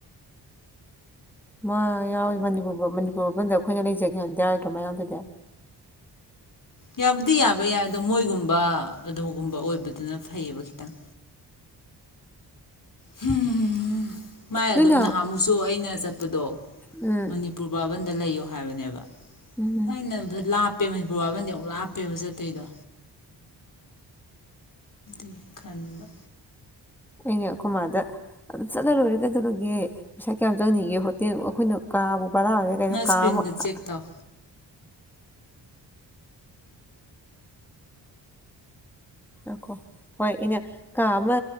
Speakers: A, in the centre; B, on the left (about 45°).
A: ꯃꯥ ꯌꯥꯎꯋ ꯃꯅꯤꯄꯨꯔ ꯃꯅꯤꯄꯨꯔ ꯕꯥꯕꯟꯗ ꯑꯈꯣꯏꯅ ꯂꯩꯖꯒꯦ ꯍꯥꯏꯗꯤ ꯌꯥꯔꯣꯏꯗ꯭ꯔꯣ ꯃꯥ ꯌꯥꯎꯗ꯭ꯔꯥꯗꯤ
B: ꯌꯥꯕꯨꯗꯤ ꯌꯥꯕ ꯌꯥꯏ ꯑꯗꯣ ꯃꯣꯏꯒꯨꯝꯕ ꯑꯗꯨꯒꯒꯨꯝꯕ ꯑꯣꯏꯕꯗꯨꯅ ꯐꯩꯌꯦꯕ ꯈꯤꯇꯪ ꯍꯝ ꯃꯥꯏ
A: ꯅꯣꯏꯅ
B: ꯑꯗꯨꯝ ꯅꯍꯥꯃꯨꯛꯁꯨ ꯑꯩꯅ ꯆꯠꯄꯗꯣ
A: ꯎꯝ
B: ꯃꯅꯤꯄꯨꯔ ꯕꯥꯕꯟꯗ ꯂꯩꯌꯣ ꯍꯥꯏꯕꯅꯦꯕ
A: ꯎꯝ
B: ꯍ ꯅ ꯂꯥꯞ ꯑꯄꯦ ꯃꯅꯤꯄꯨꯔ ꯕꯥꯕꯟꯗꯤ ꯑꯃꯨꯛ ꯂꯥꯞꯄꯦꯕ ꯆꯠꯇꯣꯏꯗꯣ ꯑ ꯈꯟꯕ
A: ꯑꯩꯉ ꯑꯈꯣꯏ ꯃꯥꯗ ꯆꯂ ꯂꯣꯏꯔꯦ ꯀꯩꯗꯧꯔ ꯄꯩꯁꯥ ꯀꯌꯥꯝ ꯆꯪꯅꯤꯡꯒꯦ ꯍꯣꯇꯦꯜ ꯑꯈꯣꯏꯅ ꯀꯥꯕ ꯕꯔꯥꯅꯦ ꯀꯩꯅꯣ
B: ꯅꯪ ꯏꯁꯀ꯭ꯔꯤꯟꯗ
A: ꯀꯥ ꯃꯈꯛ
B: ꯆꯦꯛ ꯇꯧ
A: ꯑꯥ ꯀꯣ ꯍꯣꯏ ꯏꯅꯦ ꯀꯥ ꯑꯃ